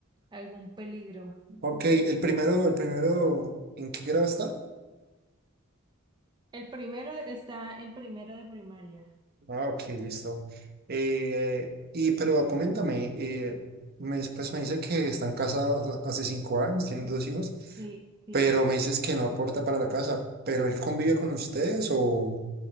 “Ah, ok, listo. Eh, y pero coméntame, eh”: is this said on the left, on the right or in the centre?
Right